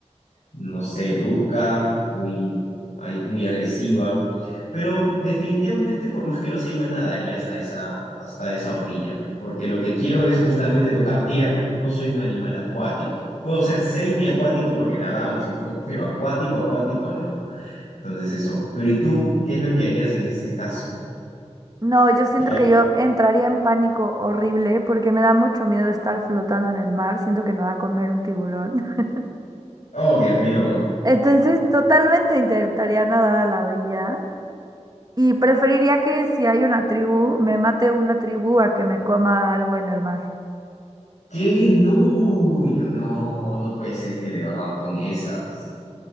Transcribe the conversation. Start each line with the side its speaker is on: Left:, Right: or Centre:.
Left: no sé, brusca, muy, ay, muy agresiva, pero definitivamente por más que lo sea igual nadaría hasta esa, hasta esa orilla. Porque lo que quiero es justamente tocar tierra. No soy un animal acuático. Puedo ser semiacuático porque nadamos y todo, pero acuático, acuático no. Entonces eso. Pero ¿y tú? ¿Qué es lo que harías en ese caso?
Right: No, yo siento
Left: La vi-
Right: que yo entraría en pánico horrible porque me da mucho miedo estar flotando en el mar. Siento que me va a comer un tiburón. <laughs>
Left: Oh, Dios mío.
Right: Entonces, totalmente intentaría nadar a la orilla y preferiría que si hay una tribu, me mate una tribu a que me coma algo en el mar.
Left: ¿Qué? No, yo no, no puede ser que de verdad con esas.